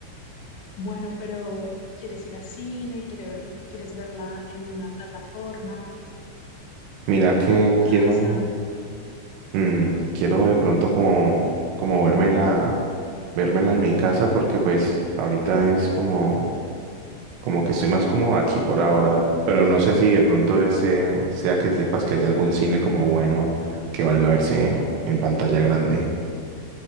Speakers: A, on the left; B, on the right.
A: Bueno, pero ¿quieres ir a cine? ¿Quieres verlo- quieres verla en una plataforma?
B: Mira que
A: ¿En tu casa?
B: quiero, mm, quiero de pronto como, como vérmela, vérmela en mi casa porque pues ahorita es como Como que estoy más como aquí por ahora, pero no sé si de pronto ese sea que sepas que hay algo en cine como bueno que valga verse en pantalla grande.